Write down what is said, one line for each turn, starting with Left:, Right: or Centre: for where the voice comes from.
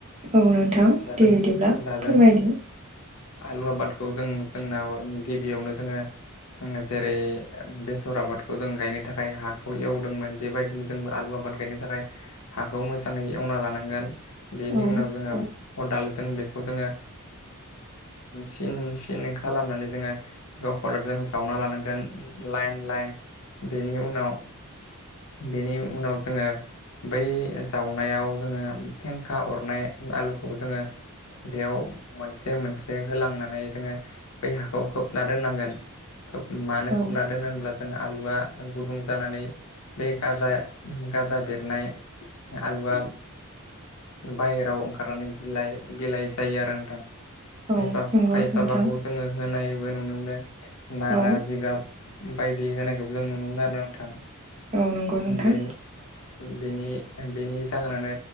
Right: औ नोंथां
Left: दा
Right: दे
Left: जों
Right: बिदिब्ला
Left: दा जों
Right: फोरमायदो
Left: आलु आबादखौ जों जोंनाव गिबियावनो जोङो जेरै बेसर आबादखौ जों गायनो थाखाय हाखौ एवदोंमोन बेबायदिनो जोंबो आलु आबाद आबाद गायनो थाखाय हाखौ मोजाङै एवना लानांगोन बेनि
Right: औ
Left: उनाव जोङो
Right: औ
Left: खदाल जों बेखौ जोङो सिन सिन खालामनानै जोङो बेखौ खदालजों जावना लानांगोन लाइन लाइन बेनि उनाव बेनि उनाव जोङो बै जावनायाव जोङो फेंखा अरनाय आलुखौ जोङो बेयाव मोनसे मोनसे होलांनानै जोङो बै हाखौ खोबना दोननांगोन। खोब मानो
Right: औ
Left: खोबना दोनो होनब्ला जों आलुआ गुदुं जानानै बे गाजा गाजा बेरनाय आलुआ बायेराव ओंखारनानै बिलाइ बिलाइ जायो आरो नोंथां।
Right: औ
Left: खायफा
Right: नंगौ
Left: खायफाबाखौ
Right: नोंथां
Left: जोङो होनायबो नुनो मोनो नारा
Right: औ
Left: जिगाब बायदि होनायखौबो जों नुनो मोनो आरो नोंथां
Right: औ नंगौ नोंथां
Left: बेनि बेनि बेनि जाहोनानो